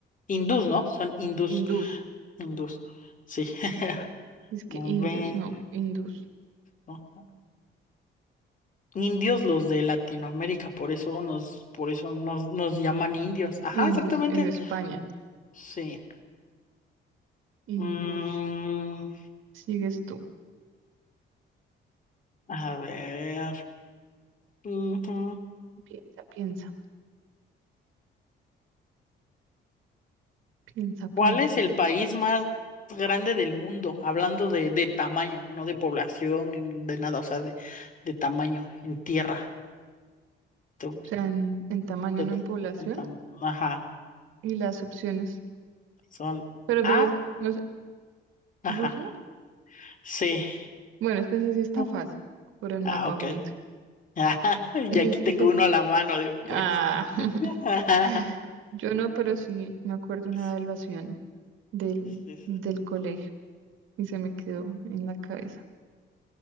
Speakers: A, on the left; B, on the right.
A: Hindús, ¿no? Son hindús.
B: Hindús.
A: Hindús. Sí. <laughs>
B: Es que
A: A
B: indios,
A: ver,
B: no, hindús.
A: ajá. Indios los de Latinoamérica, por eso nos, por eso nos, nos llaman indios. Ajá,
B: Indios
A: exactamente.
B: en España.
A: Sí.
B: Hindús.
A: Mm,
B: Sigues tú.
A: a ver. ujú.
B: Piensa, piensa, piensa, piensa.
A: ¿Cuál es el país más grande del mundo? Hablando de, de tamaño, no de población, ni de nada, o sea, de, de tamaño, en tierra. Tu-
B: O sea, en, en tamaño,
A: tu-
B: no en población.
A: en tam- ajá.
B: Y las opciones.
A: Son
B: Pero,
A: A,
B: pero, es- no sé,
A: ajá,
B: ¿Rusia?
A: sí.
B: Bueno, es que ese sí está
A: Ujú.
B: fácil. Por el mapa
A: Ah, ok.
B: mundi.
A: <laughs> Ajá, Y
B: Ese,
A: aquí
B: sí-
A: tengo
B: ese,
A: uno
B: sí.
A: a la mano después.
B: Ah.
A: <laughs> Ajá,
B: <laughs> Yo no, pero sí me acuerdo una
A: sí,
B: evaluación del,
A: sí,
B: del colegio y se me quedó en la cabeza.